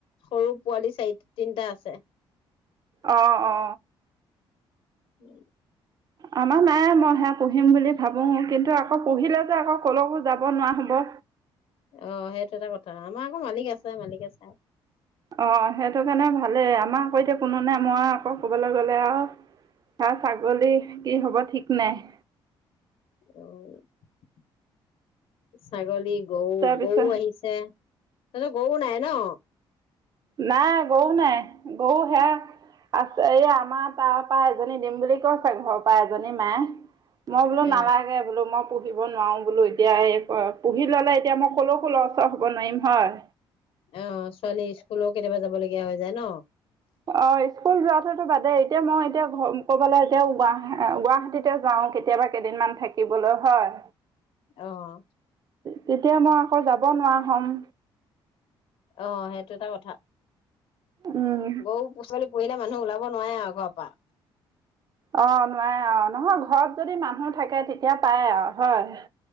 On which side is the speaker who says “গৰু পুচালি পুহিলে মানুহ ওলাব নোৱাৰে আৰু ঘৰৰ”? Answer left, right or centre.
Left